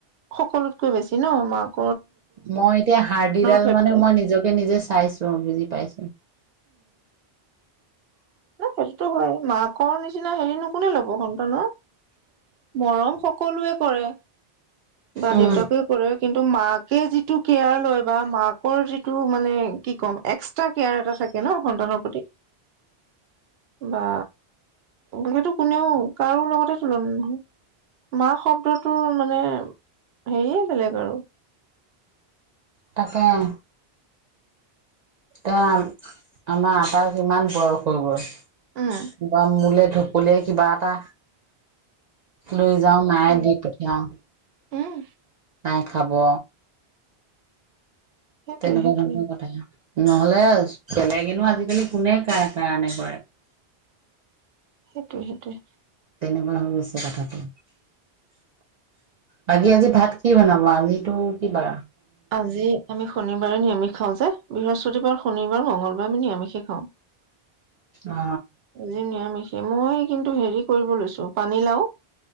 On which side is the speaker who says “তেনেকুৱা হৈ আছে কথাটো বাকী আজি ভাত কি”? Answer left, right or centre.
Right